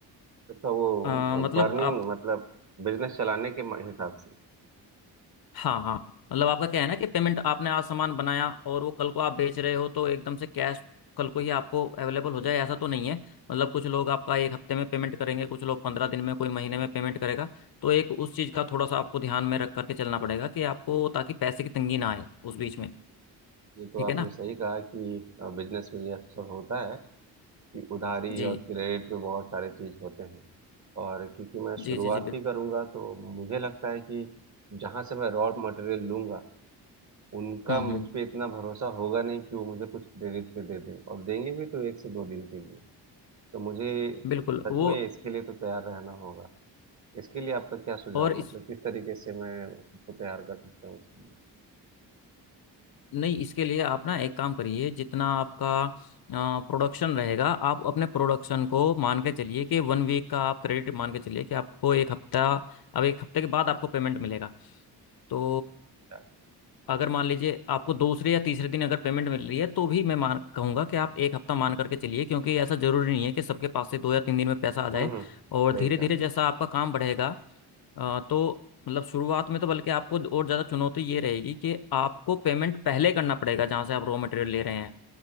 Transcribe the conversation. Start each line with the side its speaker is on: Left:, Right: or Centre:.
Right: तो वो
Left: अ मतलब
Right: बर्निंग
Left: आप
Right: मतलब बिजनेस चलाने के हिसाब से
Left: हाँ हाँ मतलब आपका क्या है ना कि पेमेंट आपने आज सामान बनाया और वो कल को आप बेच रहे हो तो एकदम से कैश कल को ही आपको अवेलेबल हो जाए ऐसा तो नहीं है मतलब कुछ लोग आपका एक हफ्ते में पेमेंट करेंगे कुछ लोग पंद्रह दिन में कोई महीने में पेमेंट करेगा तो एक उस चीज़ का थोड़ा सा आपको ध्यान में रख करके चलना पड़ेगा कि आपको ताकि पैसे की तंगी ना आए उस बीच में
Right: ये तो
Left: ठीक
Right: आपने
Left: है ना
Right: सही कहा कि बिजनेस में ये अक्सर होता है कि उधारी
Left: जी
Right: और क्रेडिट पे बहुत सारे चीज होते हैं और क्योंकि मैं शुरुआत
Left: जी जी जी बिल्कुल
Right: ही करूंगा तो मुझे लगता है कि जहां से मैं रॉ मटेरियल लूंगा उनका
Left: हम्म
Right: मुझ
Left: हम्म
Right: पे इतना भरोसा होगा नहीं कि वो मुझे कुछ क्रेडिट पे दे दें और देंगे भी तो एक से दो दिन के लिए तो मुझे
Left: बिल्कुल
Right: सच
Left: वो
Right: में इसके लिए तो तैयार रहना होगा इसके लिए आपका क्या सुझाव
Left: और
Right: है?
Left: इस
Right: मतलब किस तरीके से मैं खुद को तैयार कर सकता हूँ इसके लिए
Left: नहीं इसके लिए आप ना एक काम करिए जितना आपका प्रोडक्शन रहेगा आप अपने प्रोडक्शन को मान के चलिए कि वन वीक का आप क्रेडिट मान के चलिए कि आपको एक हफ्ता अब एक हफ्ते के बाद आपको पेमेंट मिलेगा तो
Right: क्या
Left: अगर मान लीजिए आपको दूसरे या तीसरे दिन अगर पेमेंट मिल रही है तो भी मैं मान कहूंगा कि आप एक हफ्ता मान करके चलिए क्योंकि ऐसा जरूरी नहीं है कि सबके पास से दो या तीन दिन में पैसा आ जाए
Right: हम्म हम्म
Left: और
Right: सही
Left: धीरे
Right: कहा
Left: धीरे
Right: आपने
Left: जैसा आपका काम बढ़ेगा अ, तो मतलब शुरुआत में तो बल्कि आपको और ज़्यादा चुनौती ये रहेगी कि आपको पेमेंट पहले करना पड़ेगा जहाँ से आप रॉ मटेरियल ले रहे हैं